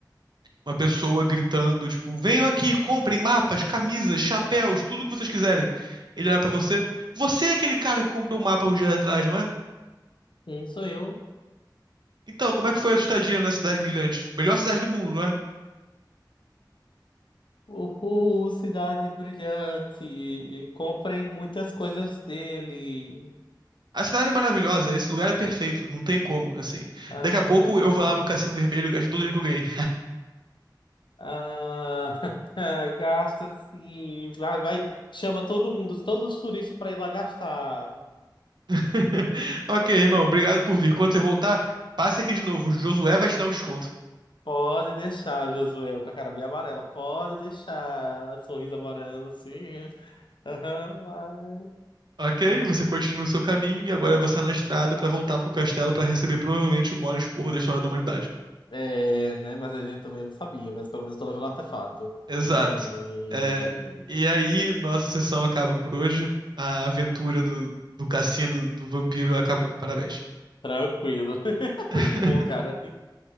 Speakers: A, on the right; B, on the left.
A: Uma pessoa gritando, tipo, venham aqui, comprem mapas, camisas, chapéus, tudo o que vocês quiserem. Ele olha pra você. Você é aquele cara que comprou um mapa um dia atrás, não é?
B: Sim, sou eu.
A: Então, como é que foi a sua estadia na Cidade Brilhante? Melhor cidade do mundo, não é?
B: Uhul, cidade brilhante. Comprem muitas coisas dele.
A: A cidade é maravilhosa, esse lugar é perfeito, não tem como, assim.
B: Ah,
A: Daqui a pouco eu vou lá no Cassino Vermelho e gasto todo o dinheiro que eu ganhei.
B: ah, <laughs> gasta sim. Vai, vai. Chama todo mundo, todos os turistas para ir lá gastar.
A: <laughs> Ok, irmão, obrigado por vir. Quando você voltar, passe aqui de novo. O Josué vai te dar um desconto.
B: Pode deixar, Josué, com a cara bem amarela. Pode deixar. Sorriso amarelo, assim. Aham, vai.
A: Ok, você continua o seu caminho e agora você é na estrada pra voltar pro castelo pra receber provavelmente o maior esporro da história da humanidade.
B: É, né? Mas a gente também não sabia, mas pelo menos eu tô levando artefato.
A: Exato.
B: E...
A: É, e aí, nossa sessão acaba por hoje. A aventura do, do cassino do vampiro acabou. Parabéns.
B: Tranquilo. <laughs>
A: <laughs>
B: Que bom, cara.